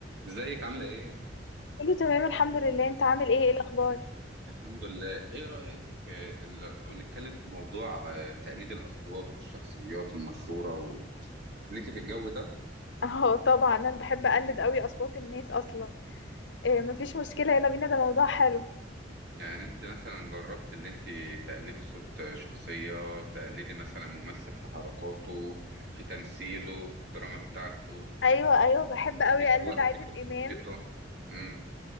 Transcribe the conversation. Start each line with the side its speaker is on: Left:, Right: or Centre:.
Right: ازيك عاملة ايه؟
Left: كله تمام الحمد لله انت عامل ايه ايه الاخبار
Right: الحمد لله، ايه رأيك آه، لو نتكلم في موضوع آه، تقليد الأصوات والشخصيات المشهورة و... ليكي في الجو ده؟
Left: اه طبعا انا بحب اقلد قوي اصوات الناس اصلا إيه مفيش مشكله يلا بينا ده موضوع حلو
Right: يعني انت مثلا جربت اللي انت تقلدي صوت شخصية، تقلدي مثلا ممثل في حركاته، في تمثيله، في الدراما بتاعته،
Left: ايوه ايوه بحب قوي
Right: في
Left: اقلد
Right: وقته،
Left: عادل
Right: في
Left: امام
Right: حركته. امم